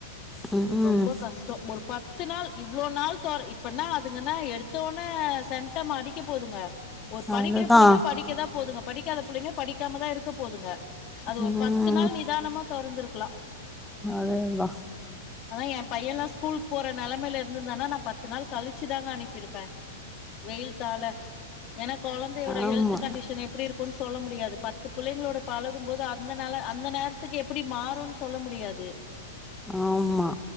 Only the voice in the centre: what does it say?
ம்
அதுதா
ம்
அதேதா
ஆமா
ஆமா